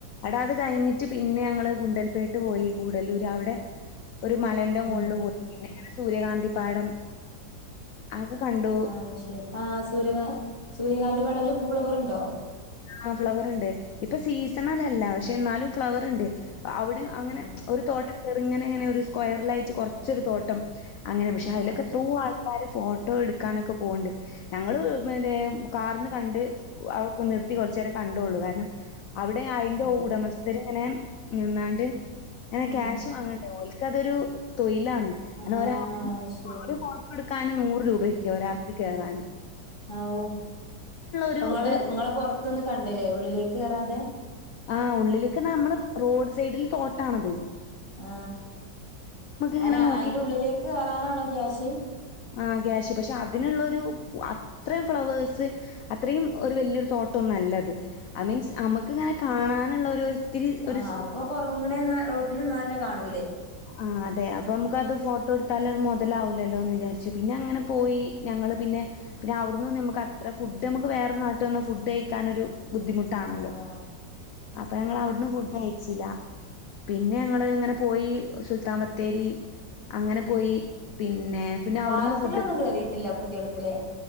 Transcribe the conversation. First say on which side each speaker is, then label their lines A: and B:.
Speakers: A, on the left (about 60°); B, on the left (about 15°).
A: എടാ അത് കഴിഞ്ഞിട്ട് പിന്നെ ഞങ്ങള്ൾ ഗുണ്ടൽപേട്ട് പോയി ഗൂഡലൂർ അവിടെ ഒരു മലന്റെ മുകളിൽ
B: ഉം
A: പോയി പിന്നെങ്ങനെ സൂര്യകാന്തി പാടം അതൊക്കെ കണ്ടു
B: ആഹ ശരി ആ സൂര്യ സൂര്യകാന്തി പടല് ഫളവർണ്ടോ
A: ആ ഫ്ലവർ ഉണ്ട് ഇപ്പൊ സീസണ അല്ലല്ല പക്ഷെ എന്നാലും ഫ്ലവർ ഉണ്ട് അവിടെ അങ്ങനെ
B: ആഹ്
A: ഒരു തോട്ടം കെറിങ്ങനെ ഇങ്ങനെ ഒരു സ്ക്വയറിലായിട്ട് കൊറച്ചൊരു തോട്ടം അങ്ങനെ പക്ഷെ അതിലൊക്കെ
B: ആഹ്
A: എത്രൂ ആൾക്കാാര് ഫോട്ടോ എടുക്കാനൊക്കെ പോകണ്ട് ഞങ്ങള്ൾ പിെ കാറിന്ന് കണ്ട് അതൊക്ക നിർ ത്തി. കുറച്ചു നേരം കണ്ടുള്ളു കാരണം അവിടെ അയിറെ
B: ഉം
A: ഉടമസ്ഥരെ ഇങ്ങനെ നിന്നാണ്ട് അങ്ങനെ
B: ഉം
A: ക്യാഷും വങ്ങണ്ട് ഒലക്ക് അതൊരു തൊഴിലാണ് അനെ
B: ആഹ്
A: ഒരാ
B: ശരി
A: ഫോട്ടോ എടുക്കൻ നൂറ് രൂപയൊക്കെയ ഒരാൾക്ക് കേയറാന്
B: ആ ഓ അപ്പൊ
A: ഒരു
B: നിങ്ങെ
A: ഇത്
B: നിങ്ങളെ പുറത്തൊന്ന് കണ്ടില്ലേ ഉള്ളിലേക്ക് കേയറാതെ
A: ആഹ ഉള്ളിലേക്ക്െ നമ്മള് റോഡ് സൈഡിൽ തോട്ടണത്
B: ആ
A: ഇങ്ങനെ
B: അല്ല
A: നോക്കി
B: അയിന്റെ ഉള്ളിലേക്ക് കയറാനാണോ ക്യാഷ്
A: ആ ക്യാഷ് പക്ഷെ അതിനുള്ളൊരു അത്രയും ഫ്ളവേഴ്സ് അത്രയും ഒരു വലിയൊരു തോട്ടംൊന്നുംല്ലത് മീൻസ് നമുക്ക് ഇങ്ങനെ കാണാനുള്ള ഒരു
B: ആഹ അതിപ്പോൊ പുൊറന്നമേ റോട്ടിൽ നല്ല കാണൂല്ലേ
A: ആ അതെ അപ്പൊ നമുക്ക് അത് ഫോട്ടോ എടുത്താൽത് മുതലാവൂല്ലോ എന്ന് വിചാരിച്ചു പിന്നെ അങ്ങനെ പോയി ഞങ്ങള്ൾ പിന്നെ പിന്നെ അവിടുന്ന് നമുക്ക് അത്ര ഫുഡ് നമുക്ക് വേറൊരു നാട്ടിൽ വന്നാ ഫുഡ് കഴിക്കാനൊരു ബുദ്ധിമുട്ടാണല്ലോ
B: ആഹ്
A: അപ്പൊ ഞങ്ങ അവിടുന്ന് ഫുഡ് അയച്ചില്ല പിന്നെ ഞങ്ങള് ഇങ്ങനെ പോയി സുൽത്താൻ ബത്തേരി അങ്ങനെ പോയി പിന്നെ പിന്നെ അവിടുന്ന്
B: പാർക്കിലൊന്നും
A: ഫുഡ്
B: കേയറിയിട്ടില്ല കുട്ടികൾക്കല്ലേ